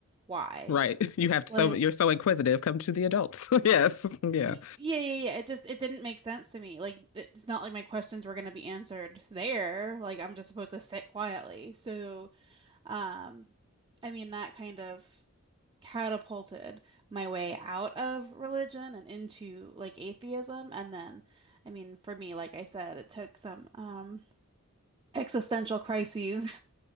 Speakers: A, on the right; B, on the left.
A: Why?
B: Right. <laughs> You have
A: Like,
B: so you're so inquisitive. Come to the adults. <laughs> Yes. Yeah.
A: y- yeah, yeah, yeah. It just it didn't make sense to me. Like, th- it's not like my questions were going to be answered there. Like, I'm just supposed to sit quietly. So, um, I mean, that kind of. catapulted my way out of religion and into like atheism. And then, I mean, for me, like I said, it took some um, existential crises